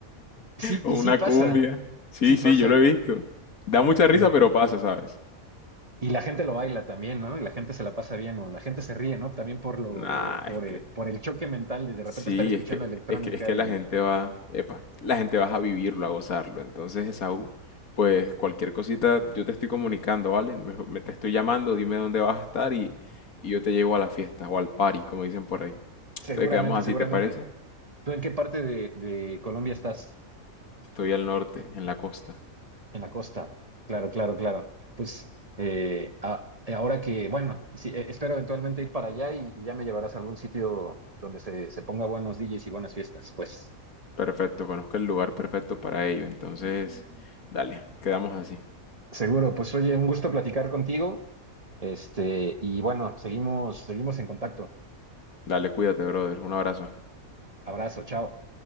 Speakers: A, on the right; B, on the left.
A: Sí,
B: o
A: y
B: una
A: sí pasa,
B: cumbia. Sí,
A: sí pasa.
B: sí, yo lo he visto. Da mucha risa,
A: eh,
B: pero pasa, ¿sabes?
A: y la gente lo baila también, ¿no? Y la gente se la pasa bien, o la gente se ríe, ¿no? También por lo,
B: Nah,
A: por,
B: es que
A: eh, por el choque mental de de repente
B: Sí,
A: estar escuchando
B: es que,
A: electrónica
B: es que, es que la
A: y
B: gente va, epa, la gente va a vivirlo, a gozarlo. Entonces, Esaú, pues cualquier cosita yo te estoy comunicando, ¿vale? Me, me- te estoy llamando, dime dónde vas a estar y, y yo te llevo a la fiesta o al party, como dicen por ahí.
A: seguramente,
B: Entonces quedamos así,
A: seguramente.
B: ¿te parece?
A: ¿Tú en qué parte de, de Colombia estás?
B: Estoy al norte, en la costa.
A: En la costa, claro, claro, claro. Pues eh, a- eh, ahora que, bueno, sí, eh, espero eventualmente ir para allá y, y ya me llevarás a algún sitio donde se, se ponga buenos DJs y buenas fiestas. Pues
B: Perfecto, conozco el lugar perfecto para ello. Entonces, dale, quedamos así.
A: seguro, pues oye, un gusto platicar contigo. Este, y bueno, seguimos, seguimos en contacto.
B: Dale, cuídate, brother. Un abrazo.
A: Abrazo, chao.